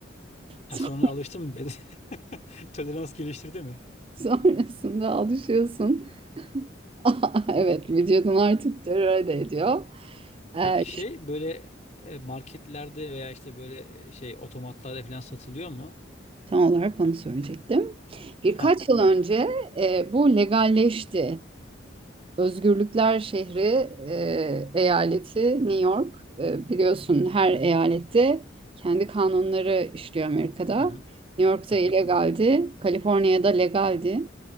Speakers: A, on the left; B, on the right.
A: Ha,
B: Son-
A: sonra alıştın mı biraz? <laughs> Tolerans geliştirdi mi?
B: Sonrasında alışıyorsun. <laughs> Evet, vücudun artık tolere ediyor. E,
A: Peki şey böyle e, marketlerde veya işte böyle e, şey otomatlarda falan satılıyor mu?
B: tam olarak onu söyleyecektim. Birkaç
A: Ha.
B: yıl önce e, bu legalleşti. Özgürlükler şehri e, eyaleti New York. E, biliyorsun her eyalette kendi kanunları işliyor Amerika'da.
A: Hı hı.
B: New York'ta
A: Hı
B: illegaldi,
A: hı.
B: Kaliforniya'da legaldi.